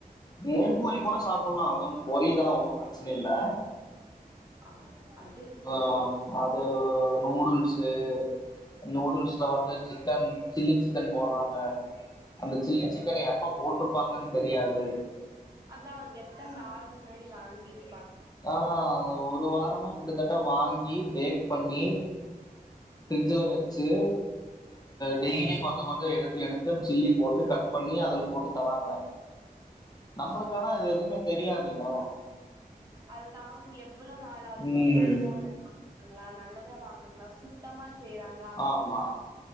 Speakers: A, on the left; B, on the right.
A: மேல்ப்பூரி கூட சாப்பிடலா அதுன்ன பொறிதா ஒன்னு ப்ரச்சன இல்ல
B: ஆ அது இருக்கு
A: ஆ அது நூடுல்ஸ்ஸு நூடுல்ஸ்ல வந்து சிக்கன் சில்லி சிக்கன் போட்றாங்க அந்த சில்லி சிக்கன் எப்ப போட்ருப்பாங்கன்னு தெரியாது
B: அதா அவங்க எத்தன் நாள் முன்னாடி வாங்கிரு
A: அ ஒரு வாரமா கிட்டத்தட்ட வாங்கி பேக் பண்ணி பிரிஜ்ல வச்சு டெய்லி கொஞ்ச கொஞ்ச எடுத்து எடுத்து சில்லி போட்டு கட் பண்ணி அதுல போட்டு தராங்க நம்மளுக்கானா இது எதுமே தெரியாதுல
B: அதுதா அவங்க எவ்வள நாளாது
A: ம்
B: கெட்டு போன ங்களா நல்லதா வாங்குறாங்களா சுத்தமா செய்றாங்
A: ஆமா